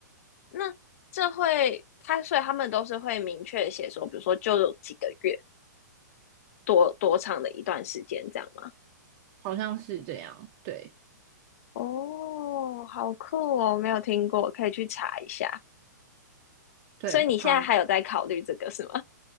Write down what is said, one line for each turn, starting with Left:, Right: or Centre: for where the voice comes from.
Left: 那这会，他所以他们都是会明确写说，比如说就有几个月，多多长的一段时间这样吗？
Right: 好像是这样，对
Left: 哦，好酷哦，没有听过，可以去查一下。
Right: 对，
Left: 所以你现在还有在考虑这个是吗？
Right: 好，